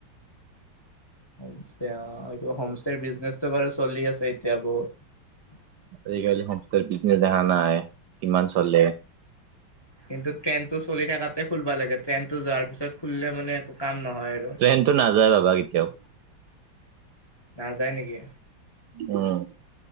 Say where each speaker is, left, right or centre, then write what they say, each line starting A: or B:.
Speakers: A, on the left; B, on the right.
A: হমষ্টে অ এইটো হোমষ্টেৰ বিজনেচটো বাৰু চলি আছে এতিয়া বহুত।
B: আজিকালি হোমষ্টে বিজনেছ দেখা নাই কিমান চলে।
A: কিন্তু ট্ৰেইন টো চলি থকাতে খুলবা লাগে ট্ৰেইন টো যোৱাৰ পিছত খুলিলে মানে একো কাম নহয়। আৰু
B: ট্ৰেনটো নাযায় বাবা কেতিয়াও।
A: নাযায় নেকি?
B: উম